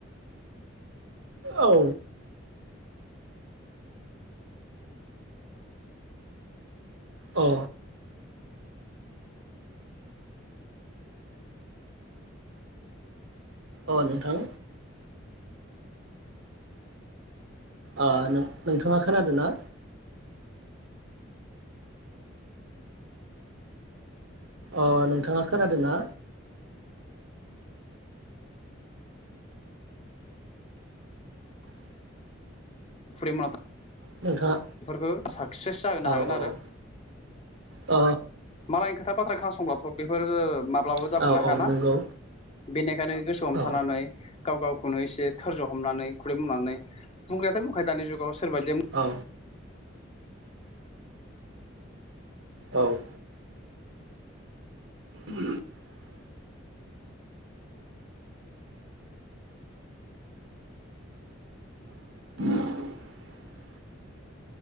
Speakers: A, on the right; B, on the left.
A: औ औ अ नोंथां ओ नोंथाङा खोनादो ना? अ नोंथाङा खोनादो ना?
B: <unintelligible>
A: नोंथाङा
B: बेफोरखौ साक्सेस जाहोनो
A: औ
B: हागोन आरो
A: औ अ
B: मालायनि खोथा बाथ फ्रा खोनासंबथ बेफोर माब ब्लाबाबो जाफुंनो
A: औ औ
B: हायाना
A: नंगौ
B: बेनिखायनो गोसो हमथानानै
A: औ
B: गाव गावखौनो एसे धोरज हमनानै खुदै मावनानै बुंग्रायाथ बुंखायो दानि जुगाव सोरबा जोम
A: औ औ उ <inaudible> <inaudible>